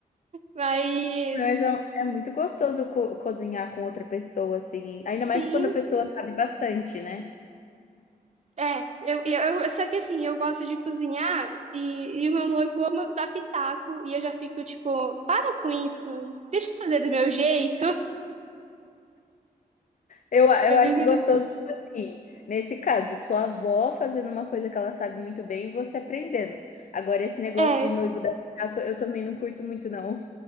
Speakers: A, on the right; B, on the left.
A: Mas,
B: Mas é é muito gostoso co cozinhar com outra pessoa, assim, ainda
A: sim,
B: mais quando a pessoa sabe bastante, né.
A: é. Eu, eu, eu- só que assim, eu gosto de cozinhar e, e o meu noivo ama dar pitaco. E eu já fico tipo, para com isso. Deixa eu fazer do meu jeito. <laughs>
B: Eu a
A: Eu
B: eu acho
A: fico muito
B: gostoso,
A: assim.
B: tipo assim, nesse caso, sua avó fazendo uma coisa que ela sabe muito bem e você aprendendo. Agora esse negócio
A: É,
B: de noivo dar pitaco, eu também não curto muito não.